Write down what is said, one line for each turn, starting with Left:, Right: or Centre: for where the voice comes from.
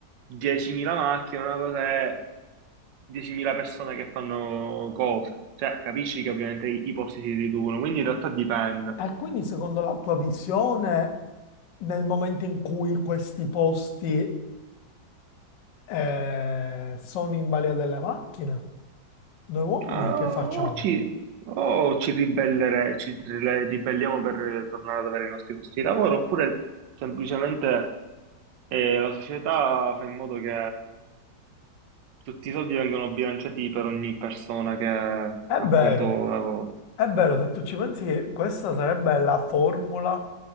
Right: 10.000 macchine, una cosa è 10.000 persone che fanno cose. Cioè, capisci che ovviamente i, i posti si riducono, quindi in realtà dipende.
Left: E quindi secondo la tua visione, nel momento in cui questi posti, eh, sono in balia delle macchine, noi uomini
Right: Ah,
Left: che facciamo?
Right: o ci, o ci ribellere- ci ribelle- ribelliamo per tornare ad avere i nostri posti di lavoro, oppure semplicemente eh, la società fa in modo che tutti i soldi vengano bilanciati per ogni persona che
Left: È
Right: appunto
Left: vero.
Right: lavora.
Left: È vero, se tu ci pensi che questa sarebbe la formula